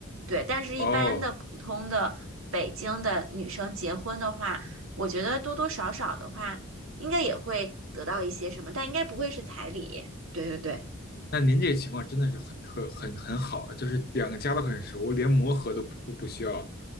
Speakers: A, on the right; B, on the left.
A: 对，但是一般的普通的北京的女生结婚的话，
B: 哦。
A: 我觉得多多少少的话，应该也会得到一些什么，但应该不会是彩礼。对对对，
B: 那您这个情况真的是很特很很好，就是两个家都很熟，连磨合都不都不需要。